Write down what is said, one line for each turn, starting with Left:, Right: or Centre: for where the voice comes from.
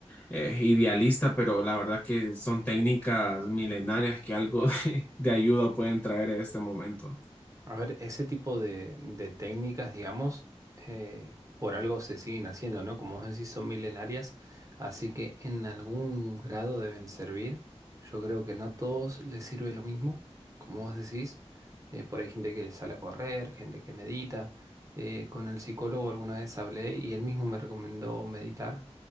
Left: eh, idealista, pero la verdad que son técnicas milenarias que algo <laughs> de, de ayuda pueden traer en este momento.
Right: A ver, ese tipo de, de técnicas, digamos, eh, por algo se siguen haciendo, ¿no? Como vos decís, son milenarias, así que en algún grado deben servir. Yo creo que no a todos les sirve lo mismo, como vos decís. Eh, por ahí gente que sale a correr, gente que medita. Eh, con el psicólogo alguna vez hablé y él mismo me recomendó meditar.